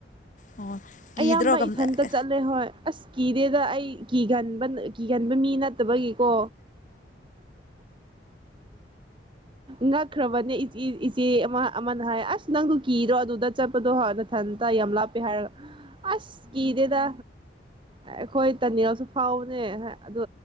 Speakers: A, on the left; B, on the right.
A: ꯑꯣ ꯀꯤꯗ꯭ꯔꯣ
B: ꯑꯌꯥꯝꯕ
A: ꯑꯣ
B: ꯏꯊꯟꯇ ꯆꯠꯂꯦ ꯍꯣꯏ ꯑꯁ ꯀꯤꯗꯦꯗ ꯑꯩ ꯀꯤꯒꯟꯕ ꯀꯤꯒꯟꯕ ꯃꯤꯅꯠ ꯇꯕꯒꯤꯀꯣ ꯉꯛꯈ꯭ꯔꯕꯅꯦ ꯏꯆꯦ ꯑꯃ ꯑꯃꯅ ꯍꯥꯏ ꯑꯁ ꯅꯪꯗꯨ ꯀꯤꯗ꯭ꯔꯣ ꯑꯗꯨꯗ ꯆꯠꯄꯗꯣ ꯍꯣꯏ ꯅꯊꯟꯇ ꯌꯥꯝ ꯂꯥꯞꯄꯤ ꯍꯥꯏꯔꯒ ꯑꯁ ꯀꯤꯗꯦꯗ ꯑꯩꯈꯣꯏ ꯇꯅꯦꯜꯁꯨ ꯐꯥꯎꯕꯅꯦ ꯑꯗꯣ